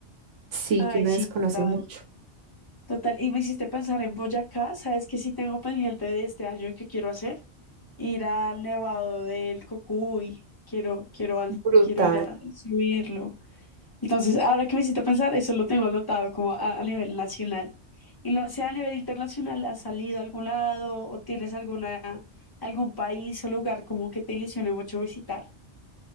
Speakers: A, on the right; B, on the left.
A: sí,
B: Ay,
A: que uno
B: sí,
A: desconoce
B: total,
A: mucho.
B: total. Y me hiciste pensar en Boyacá, ¿sabes que sí tengo pendiente de este año que quiero hacer? Ir al Nevado del Cocuy, quiero, quiero, al-
A: Brutal.
B: quiero ir a subirlo. Entonces, ahora que me hiciste pensar, eso lo tengo anotado como a, a nivel nacional. Y no sé, a nivel internacional, ¿has salido a algún lado o tienes alguna, algún país o lugar como que te ilusione mucho visitar?